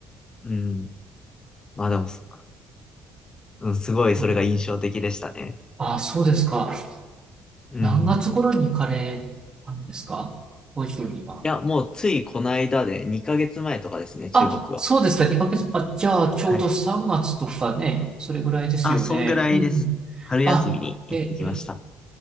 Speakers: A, on the left (about 25°); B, on the right (about 25°).
A: うん。まあでもそ、うん、すごいそれが印象的でしたね。
B: うん。ああ、そうですか。
A: うん。
B: 何月頃に行かれたんですかご自身には。
A: いや、もうついこの間で2ヶ月前とかですね、
B: あ、
A: 中国は。
B: そうですか、2ヶ月。あ、じゃあ、ちょうど3月とかね、
A: はい。
B: それぐらいですよね。
A: あ、そんぐらいです。
B: うんうん。
A: 春休みに行ってきました。
B: あ、え、え、